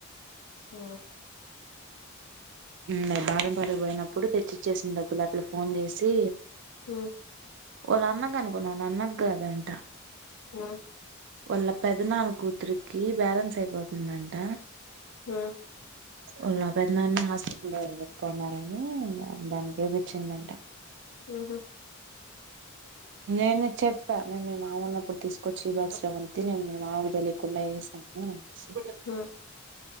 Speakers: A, on the left; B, on the right.
A: ఆ
B: మరి బాదం పాలపోయినప్పుడు తెచ్చిచ్చేసిన డబ్బులు అక్కడ ఫోన్ చేసి
A: హ
B: వాళ్ళ అన్నగ అనుకున్నా వాళ్ళ అన్న కి కాదంట
A: ఆ
B: వాళ్ళ <unintelligible> నాలుగు కూతురుకి బాలన్స్ అయిపోతుందంట.
A: ఊ
B: ఉన్న పెదనాన్న మస్త్ పెట్టుకున్నారని దానికే పచ్చిందంట
A: ఉహ
B: నేను చెప్పా మేము మీ మామిన్నప్పుడు తీసుకొచ్చి ఈ బాక్స్లవంతి నేను మీ మామిలు తెలియకుండా ఇస్తాను. సి
A: ఉమ్